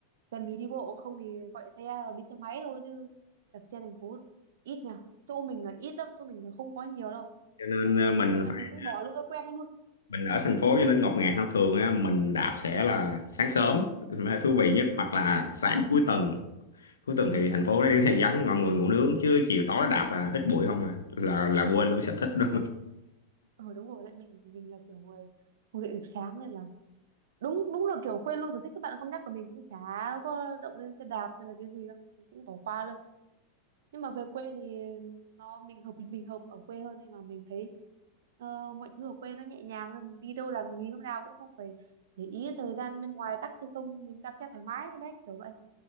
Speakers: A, on the right; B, on the left.
A: cần thì đi bộ không thì gọi xe hoặc đi xe máy thôi chứ đạp xe thành phố ít nhỉ chỗ mình là ít lắm chỗ mình là không có nhiều đâu
B: cho nên ờ, mình
A: nên là
B: phải
A: mình cũng bỏ luôn thói quen ấy luôn
B: mình ở thành phố cho nên ngột ngạt hơn thường á mình đạp sẽ là sáng sớm là thú vị nhất hoặc là sáng cuối tuần cuối tuần thì thành phố đây thì <laughs> vắng mọi người ngủ nướng chứ chiều tối đạp là hít bụi không à là là quên luôn sở thích luôn
A: ờ đúng rồi đấy mình mình là kiểu người không dậy được sáng nên là đúng đúng là kiểu quên luôn sở thích các bạn không nhắc là mình cũng chả có động lên xe đạp hay là cái gì đâu mình cũng bỏ qua luôn nhưng mà về quê thì nó mình hợp mình hợp ở quê hơn nên mà mình thấy ờ, mọi thứ ở quê nó nhẹ nhàng hơn mình đi đâu làm gì lúc nào cũng không phải để ý thời gian bên ngoài tắc hay không mình đạp xe thoải mái đấy kiểu vậy